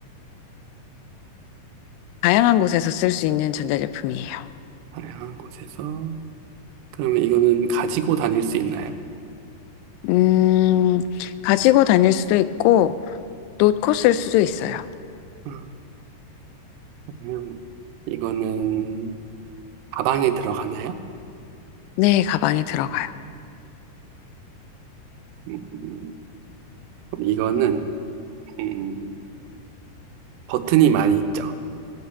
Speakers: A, on the left; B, on the right.
A: 다양한 곳에서 쓸 수 있는 전자제품이에요.
B: 다양한 곳에서. 그러면 이거는 가지고 다닐 수 있나요?
A: 음, 가지고 다닐 수도 있고, 놓고 쓸 수도 있어요.
B: 음, 그러면 이거는 가방에 들어가나요?
A: 네, 가방에 들어가요.
B: 음, 음, 그럼 이거는 음, 버튼이 많이 있죠.